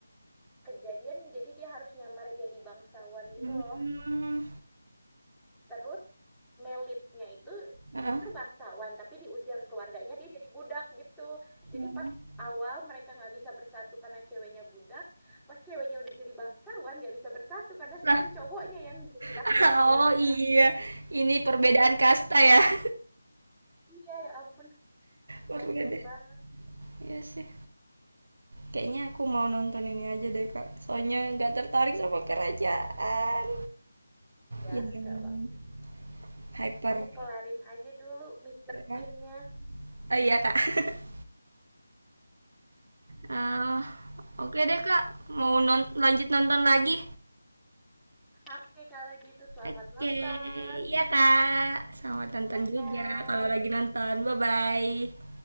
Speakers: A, in the centre; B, on the right.
A: kejadian jadi dia harus nyamar jadi bangsawan gitu
B: Hmm.
A: loh. Terus Melitnya itu
B: heeh.
A: justru bangsawan, tapi diusir keluarganya dia jadi budak gitu. Jadi
B: Hmm.
A: pas awal mereka nggak bisa bersatu karena ceweknya budak, pas ceweknya udah jadi bangsawan nggak bisa bersatu karena sekarang
B: Lah,
A: cowoknya yang jadi
B: <laughs>
A: rakyat biasa.
B: oh iya, ini perbedaan kasta ya. <laughs>
A: Iya ya ampun,
B: Berbeda.
A: kasihan banget.
B: Iya sih. Kayaknya aku mau nonton ini aja deh, Kak. Soalnya nggak tertarik sama kerajaan
A: Iya,
B: yang
A: nggak apa
B: hyper.
A: Kamu kelarin aja dulu mister
B: Ya.
A: Queen-nya.
B: Oh iya, Kak. <laughs> Ah, oke deh Kak, mau non lanjut nonton lagi?
A: Oke, kalau gitu selamat
B: Oke,
A: nonton.
B: iya Kak. Selamat nonton
A: Bye-bye.
B: juga kalau lagi nonton. Bye-bye.